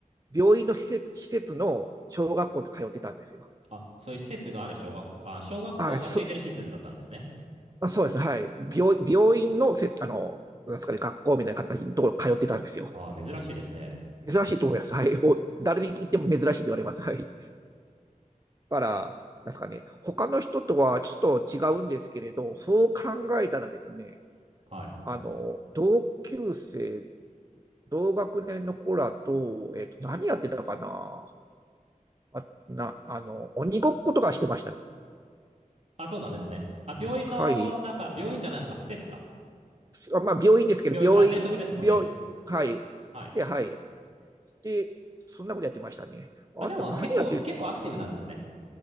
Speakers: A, on the right; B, on the right.
A: 病院の施設、施設の小学校に通ってたんですよ。
B: あ、そういう施設がある小学校、あ、小学校がついてる施設だったんですね。
A: あ、そあ、そうですね。はい。病、病院のせ、あの、なんですかね、学校みたいな形のところ通ってたんですよ。
B: はあ、珍しいですね。
A: 珍しいと思います。はい。もう、誰に聞いても珍しいって言われます。はい。だから、なんですかね、他の人とはちょっと違うんですけれど、そう考えたらですね、
B: はい。
A: あの、同級生、同学年の子らと、えっと、何やってたかな。あ、な、あの、鬼ごっことかしてましたね。
B: あ、そうなんですね。あ、病院の中、
A: はい。
B: 病院じゃないのか、施設か。
A: あ、まあ、病院ですけど、
B: 病院か。
A: 病院に、
B: あ、喘息ですもんね。
A: 病、はい。
B: はい。
A: で、はい。で、そんなことやってましたね。あと何やってるの
B: あ、でも結構、結構アクティブなんですね。